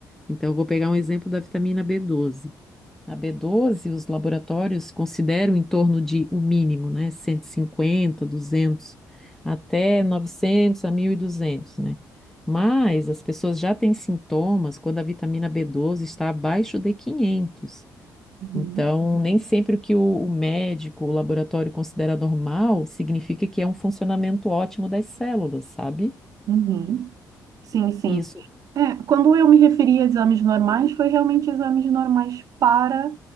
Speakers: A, in the centre; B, on the right (about 55°).
A: Então, eu vou pegar um exemplo da vitamina b doze na b doze, os laboratórios consideram em torno de o mínimo, né? cento e cinquenta, 200, até 900 a 1.200, né? Mas as pessoas já têm sintomas quando a vitamina b doze está abaixo de 500.
B: Uhum.
A: Então, nem sempre o que o, o médico, o laboratório considera normal, significa que é um funcionamento ótimo das células, sabe?
B: Uhum. Sim, sim.
A: Isso.
B: É, quando eu me referi a exames normais, foi realmente exames normais para